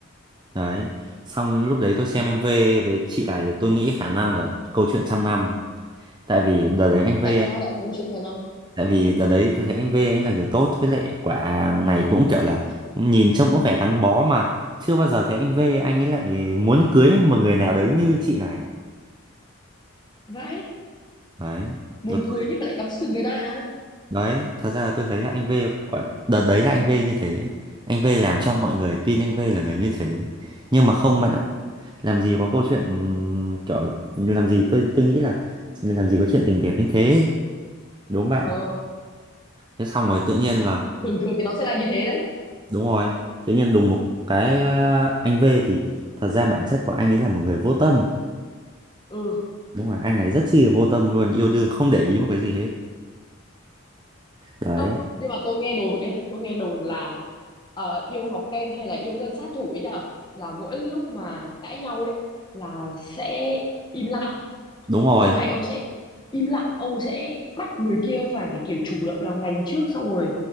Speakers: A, on the right; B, on the left.
A: đấy xong lúc đấy tôi xem anh V với chị này tôi nghĩ khả năng là câu chuyện trăm năm tại vì đợt đấy anh V
B: Tại sao lại công sự cho năm?
A: tại vì đợt đấy tôi thấy anh V anh là người tốt với lại quả này cũng kiểu là nhìn trông cũng vẻ gắn bó mà chưa bao giờ thấy anh V anh ấy lại muốn cưới một người nào đấy như chị này
B: Vãi,
A: đấy
B: muốn
A: rồi tôi
B: cưới nhưng mà lại cắm sừng người ta à?
A: đấy thật ra là tôi thấy là anh V quả đợt đấy là anh V như thế anh V làm cho mọi người tin anh V là người như thế nhưng mà không bạn ạ làm gì có câu chuyện ừm, kiểu làm gì tôi tôi nghĩ là làm gì có chuyện tình đẹp như thế đúng không bạn
B: Ờ,
A: thế xong rồi tự nhiên là
B: thường thường thì nó sẽ là như thế đấy.
A: Đúng rồi, tự nhiên đùng một cái ờ, anh V thì thật ra bản chất của anh ấy là một người vô tâm.
B: Ừ.
A: Đúng rồi, anh ấy rất chi là vô tâm luôn, yêu đương không để ý một cái gì hết. Đấy,
B: Ơ, nhưng mà tôi nghe đồn ấy, tôi nghe đồn là ờ, yêu Ngọc Kem hay là yêu Ngân Sát Thủ ấy nhở? Là mỗi lúc mà cãi nhau ấy là sẽ im lặng
A: đúng rồi,
B: ông này ông sẽ im lặng ông sẽ bắt người kia phải kiểu chủ động làm lành trước xong rồi